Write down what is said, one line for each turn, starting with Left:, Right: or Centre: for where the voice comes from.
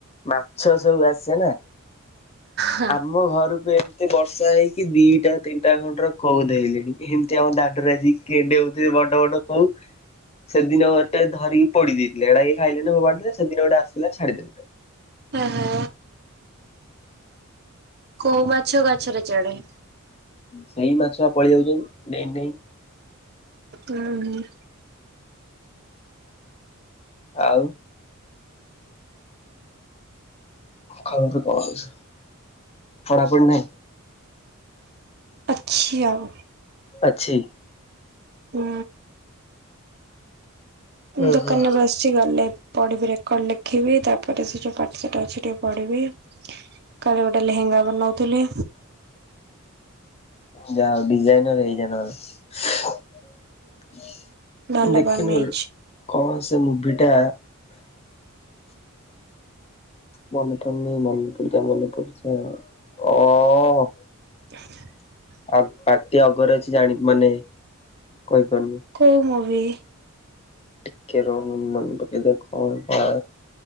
Left: ମାଛ ସବୁ ଆସେନା
Right: ହଁ
Left: ଆମ ଘରକୁ ଏ ଏ ବର୍ଷା ହେଇକି ଦିଟା ତିନିଟା ଘଣ୍ଟାରୁ କଉ ଧଇଲିଣି ଏମିତି ଆମ ଦାଣ୍ଡରେ ଆଜି କିନ୍ତି ଦେଉଁଥିବେ ବଡ-ବଡ କଉ। ସେଦିନ ଗୋଟେ ଧିରିକି ପୋଡି ଦେଇଥିଲି ଏଟାକ ଖାଇଲେଣି ଫୋପାଡି ଦେଲେ ସେଦିନ ଗୋଟେ ଆସିଲା ଛାଡିଦେଲି।
Right: ଏହେ କଉ ମାଛ ଗଛରେ ଚଢେ।
Left: ସେଇ ମାଛବା ପଳେଇ ଯାଉଛନ୍ତି ଡେଇଁଡେଇଁ।
Right: ହୁଁ ହୁଁ।
Left: ଆଉ ଖବର ସବୁ କଣ ଅଛି ପଢ଼ାପଢ଼ି ନାଇଁ?
Right: ଅଛି ଆଉ
Left: ଅଛି।
Right: ହୁଁ
Left: ହୁଁ
Right: ଦୋକାନରେ
Left: ହୁଁ।
Right: ଅଛି। ଅଛି ଗଲେ ପଢିବି ରେକର୍ଡ ଲେଖିବି ତାପରେ ସେ ଯୋଉ ପାଠଶାଠ ଅଛି ଟିକେ ପଢିବି। କାଲି ଗୋଟେ ଲେହେଙ୍ଗା ବନଉଥିଲି।
Left: ଯାହା ହଉ ଡିଜାଇନର ହେଇଯା ନହେଲେ।
Right: ଭଲ
Left: ଦେଖିନୁ
Right: ବନେଇଛି
Left: କେବେ କଣସେ ମୁଭିଟା ମନେ ପଡ଼ୁନି ମନେ ପଡିଯା ମନେ ପଡୁଯା ଅ ଅ
Right: <inaudible>
Left: ଆ ପାଟି ଅଗରେ ଅଛି ଜାଣି ମାନେ କହିପାରୁନି।
Right: କୋଉ ମୁଭି?
Left: ଟିକେ ରହ ମୁଁ ମନେ ପକେଇଦିଏ କଁ ହେଟା